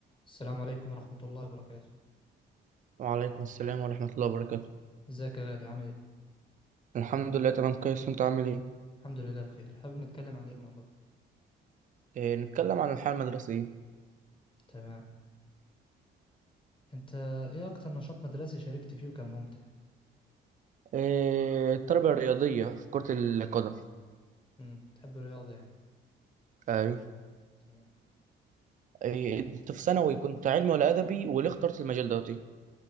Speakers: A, on the left (about 25°); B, on the right (about 40°).
A: السلام عليكم ورحمة الله وبركاته
B: وعليكم السلام ورحمة الله وبركاته
A: ازيك يا غالي عامل ايه؟
B: الحمد لله تمام كويس وانت عامل ايه؟
A: الحمد لله بخير حابب نتكلم عن ايه المرة دي؟
B: آه، نتكلم عن الحياة المدرسية
A: تمام انت ايه اكتر نشاط مدرسي شاركت فيه وكان ممتع؟
B: آه، التربية الرياضية في كرة القدم
A: امم تحب الرياضة يعني
B: اي
A: تمام
B: آه، انت في ثانوي كنت علمي ولا أدبي وليه اخترت المجال دوت ايه؟